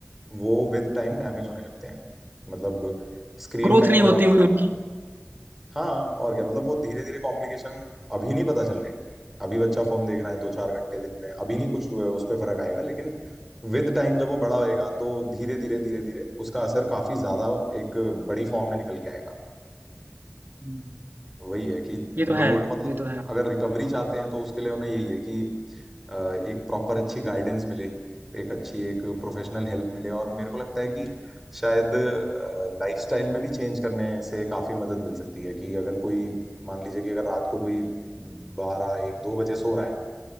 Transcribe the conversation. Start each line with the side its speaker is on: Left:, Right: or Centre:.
Centre: वो विद टाइम डैमेज होने लगते हैं मतलब स्क्रीन
Right: ग्रोथ
Centre: टाइम
Right: नहीं
Centre: अगर
Right: होती
Centre: आपके
Right: हुई
Centre: साथ
Right: उनकी
Centre: है हाँ और क्या मतलब वो धीरे धीरे कॉम्प्लिकेशन अभी नहीं पता चल रही अभी बच्चा फोन देख रहा है दो चार घंटे दिन में अभी नहीं कुछ उस पर फर्क आएगा लेकिन विद टाइम जब वो बड़ा होएगा तो धीरे धीरे धीरे धीरे उसका असर काफी ज्यादा एक बड़ी फॉर्म में निकल के आएगा
Right: वो-
Centre: वही है कि
Right: ये तो
Centre: लोगों
Right: है
Centre: को
Right: और
Centre: मतलब
Right: ये तो है
Centre: अगर रिकवरी चाहते हैं तो उसके लिए उन्हें यही है कि अ, एक प्रॉपर अच्छी गाइडेंस मिले एक अच्छी एक प्रोफेशनल हेल्प मिले और मेरे को लगता है कि शायद लाइफस्टाइल में भी चेंज करने से काफी मदद मिल सकती है कि अगर कोई मान लीजिए कि अगर रात को कोई बारह एक दो बजे सो रहा है